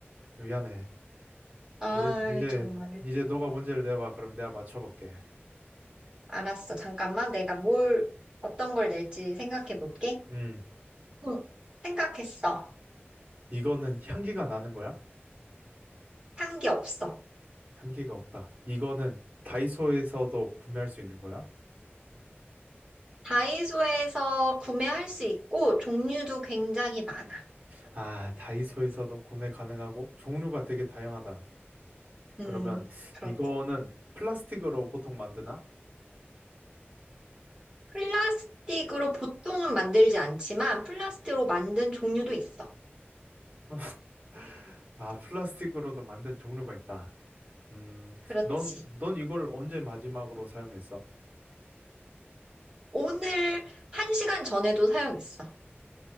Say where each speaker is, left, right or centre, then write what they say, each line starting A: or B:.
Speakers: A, on the right; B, on the right.
A: 미안해.
B: 아,
A: 이제 이제
B: 정말.
A: 이제 너가 문제를 내봐. 그럼 내가 맞춰볼게.
B: 알았어. 잠깐만. 내가 뭘, 어떤 걸 낼지 생각해 볼게.
A: 음,
B: 응. 생각했어.
A: 이거는 향기가 나는 거야?
B: 향기 없어.
A: 향기가 없다. 이거는 다이소에서도 구매할 수 있는 거야?
B: 다이소에서 구매할 수 있고 종류도 굉장히 많아.
A: 아, 다이소에서도 구매 가능하고 종류가 되게 다양하다.
B: 음,
A: 그러면
B: 그렇,
A: 이거는 플라스틱으로 보통 만드나?
B: 플라스틱으로 보통은 만들지 않지만 플라스틱으로 만든 종류도 있어.
A: <laughs> 아, 플라스틱으로도 만든 종류가 있다. 음,
B: 그렇지.
A: 넌, 넌 이걸 언제 마지막으로 사용했어?
B: 오늘 한 시간 전에도 사용했어.